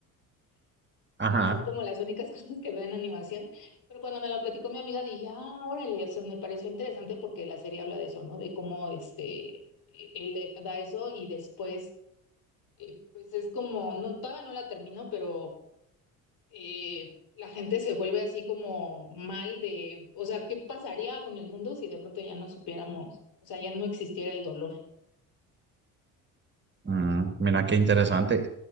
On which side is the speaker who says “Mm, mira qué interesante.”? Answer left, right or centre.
Right